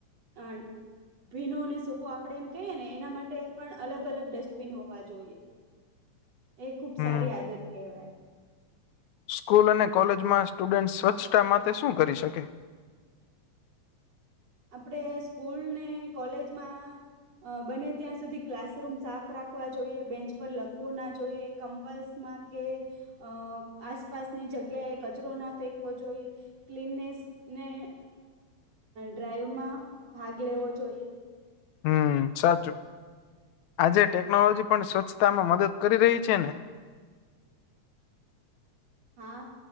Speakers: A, on the right; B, on the left.
A: અ ભીનો ને સૂકો આપડે એમ કહીએ ને એના માટે પણ અલગ અલગ ડસ્ટબીન હોવા જોઈએ. એ ખુબ
B: હમ
A: સારી આદત કહેવાય.
B: સ્કૂલ અને કોલેજમાં સ્ટુડન્ટ સ્વચ્છતા માટે શું કરી શકે?
A: આપણેે સ્કૂલ ને કોલેજમાં અ બને ત્યાં સુધી ક્લાસરૂમ સાફ રાખવા જોઈએ બેન્ચ પર લખવું ના જોઈએ કમ્પસમાં કે, અ આસપાસની જગ્યાએ કચરો ના ફેંકવો જોઈએ. ક્લીનનેસ ને ડ્રાઈવ માં ભાગ લેવો જોઈએ.
B: હમ સાચું, આજે ટેકનોલોજી પણ સ્વચ્છતામાં મદદ કરી રહી છે ને.
A: હા